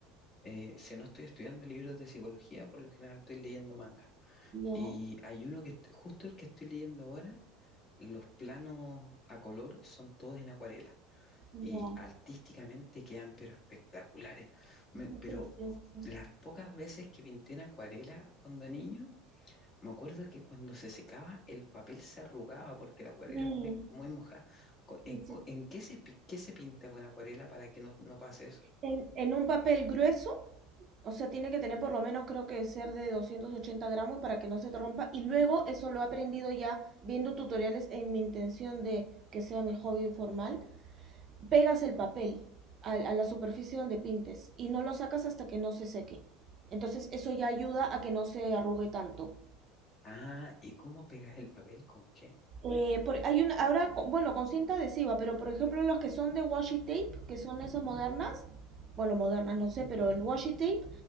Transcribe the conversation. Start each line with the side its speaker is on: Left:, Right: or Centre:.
Left: Eh, si no estoy estudiando libros de psicología, por lo general estoy leyendo manga.
Right: ya,
Left: Y hay uno que est- justo el que estoy leyendo ahora Los planos a color son todos en acuarela
Right: ya,
Left: y artísticamente quedan pero espectaculares. Me-
Right: esto es
Left: pero
Right: precioso.
Left: las pocas veces que pinté en acuarela cuando niño, me acuerdo que cuando se secaba el papel se arrugaba porque la acuarela
Right: Mm,
Left: es muy, muy mojada. Co- ¿En,
Right: sí, sí,
Left: co- en qué se, pi- qué se pinta con acuarela para que no, no pase eso?
Right: En, en un papel grueso, o sea, tiene que tener por lo menos creo que ser de 280 gramos para que no se te rompa. Y luego eso lo he aprendido ya viendo tutoriales en mi intención de que sea mi hobby formal. Pegas el papel a, a la superficie donde pintes y no lo sacas hasta que no se seque. Entonces eso ya ayuda a que no se arrugue tanto.
Left: Ah, ¿y cómo pegas el papel? ¿Con qué?
Right: Eh, por- hay una, ahora, con- bueno, con cinta adhesiva, pero por ejemplo las que son de washi tape, que son esas modernas, bueno, modernas no sé, pero el washi tape